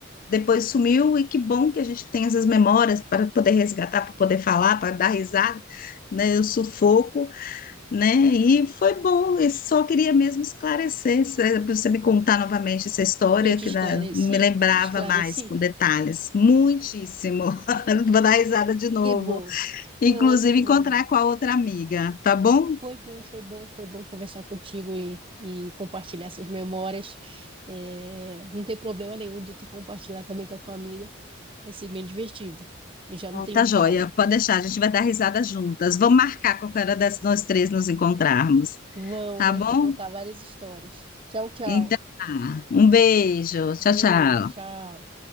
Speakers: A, on the left; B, on the right.
A: depois sumiu e que bom que a gente tem essas memórias para poder resgatar, para poder falar, para dar risada, né? Eu sufoco né? E foi bom, eu só queria mesmo esclarecer, se- é pra você me contar novamente essa história,
B: Eu te
A: que
B: esclareci?
A: na- me lembrava
B: Esclareci?
A: mais com detalhes, muitíssimo. <laughs> Vou dar risada de novo.
B: Que bom,
A: Inclusive,
B: realmente que bom.
A: encontrar com a outra amiga, tá bom?
B: Foi bom, foi bom, foi bom conversar contigo e, e compartilhar essas memórias. É, não tem problema nenhum de tu compartilhar também com a tua amiga. Vai ser bem divertido. Eu já não tenho
A: Tá joia,
B: trauma.
A: pode deixar, a gente vai dar risada juntas. Vamos marcar qualquer hora dessas nós três nos encontrarmos,
B: Vamos
A: tá
B: para
A: bom?
B: a gente contar várias histórias. Tchau, tchau.
A: Então, tá. um beijo, tchau,
B: Beijo,
A: tchau.
B: tchau.